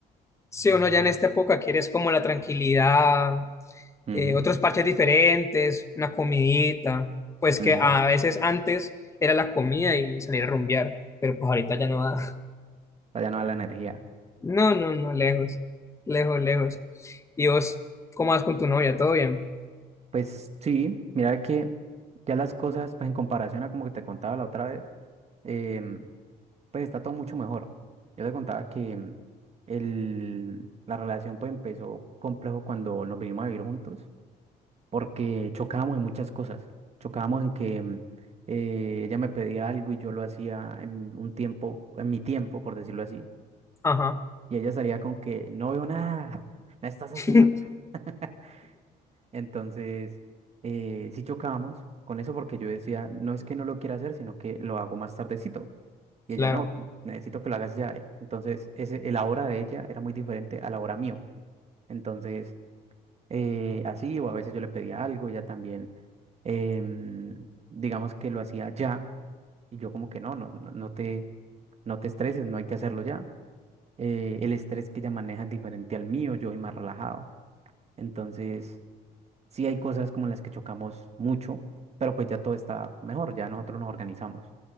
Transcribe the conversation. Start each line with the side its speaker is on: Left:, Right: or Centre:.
Left: Si uno ya en esta época quieres como la tranquilidad,
Right: Ujú,
Left: eh, otros parches diferentes, una comidita, pues
Right: ujú,
Left: que a veces antes era la comida y salir a rumbear, pero pues ahorita ya no da. <laughs>
Right: Vaya no a la energía.
Left: No, no, no, lejos, lejos, lejos. ¿Y vos cómo vas con tu novia? ¿Todo bien?
Right: Pues sí, mira que ya las cosas, pues en comparación a como que te contaba la otra vez, em, pues está todo mucho mejor. Yo te contaba que mm, el, la relación pues empezó complejo cuando nos vinimos a vivir juntos, porque chocábamos en muchas cosas. Chocábamos en que mm, eh, ella me pedía algo y yo lo hacía en un tiempo, en mi tiempo, por decirlo así,
Left: Ajá,
Right: y ella salía con que no veo nada, <laughs> no estás haciendo.
Left: <laughs>
Right: nada". Entonces, eh, sí chocábamos con eso porque yo decía, no es que no lo quiera hacer, sino que lo hago más tardecito. Y
Left: claro.
Right: ella, no, necesito que lo hagas ya. Entonces, ese, el ahora de ella era muy diferente a la hora mío. Entonces, eh, así, o a veces yo le pedía algo, ella también, em, digamos que lo hacía ya. Y yo como que no, no, no no te, no te estreses, no hay que hacerlo ya. Eh, el estrés que ella maneja es diferente al mío, yo soy más relajado. Entonces... Sí hay cosas como las que chocamos mucho, pero pues ya todo está mejor, ya nosotros nos organizamos,